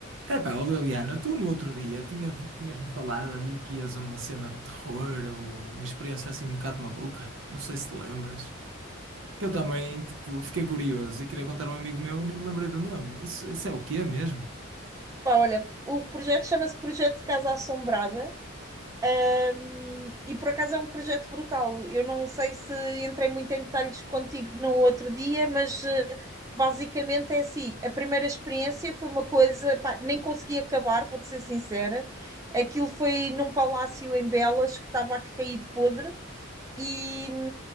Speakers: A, on the right; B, on the right.
A: Epá, ó Liliana, tu no outro dia tinhas, tinhas-me falado aí que ias a uma cena de terror ou uma experiência assim um bocado maluca. Não sei se te lembras. Que eu também, tipo, fiquei curioso e queria contar a um amigo meu e nem me lembrei do nome. Isso, isso é o quê mesmo?
B: Pá, olha, o projeto chama-se Projeto Casa Assombrada, ahm, e por acaso é um projeto brutal. Eu não sei se entrei muito em detalhes contigo no outro dia, mas eh, basicamente é assim: a primeira experiência foi uma coisa, pá, nem consegui acabar, vou-te ser sincera. Aquilo foi num palácio em Belas que estava a cair de podre e,